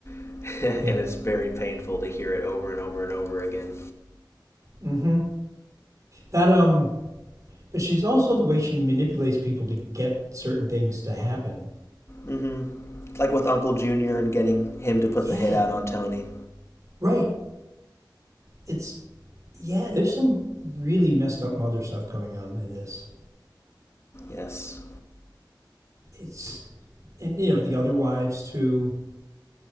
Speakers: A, on the left; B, on the right.
A: <laughs> and
B: Yeah.
A: it's very painful to hear it over and over and over again.
B: Mm-hmm. That um But she's also the way she manipulates people to get certain things to happen.
A: Mm-hmm. Like with Uncle Junior and getting him to put
B: Yeah.
A: the hit out on Tony.
B: Right. It's yeah, there's some really messed up mother stuff going on in this.
A: Yes.
B: It's and you know, the other wives too.